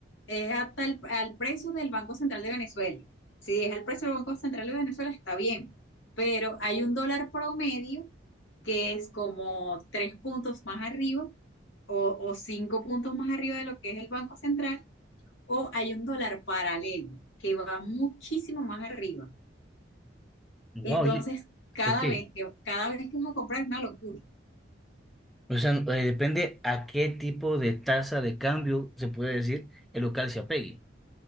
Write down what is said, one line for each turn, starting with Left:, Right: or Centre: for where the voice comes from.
Left: es hasta el- al precio del Banco Central de Venezuela. Si es al precio del Banco Central de Venezuela, está bien, pero hay un dólar promedio que es como tres puntos más arriba o, o cinco puntos más arriba de lo que es el Banco Central, o hay un dólar paralelo que va muchísimo más arriba.
Centre: Wow,
Left: Entonces,
Centre: oye,
Left: cada
Centre: ok.
Left: vez que, cada vez que vas a comprar es una locura.
Centre: O sea, eh, depende a qué tipo de tasa de cambio se puede decir el local se apegue.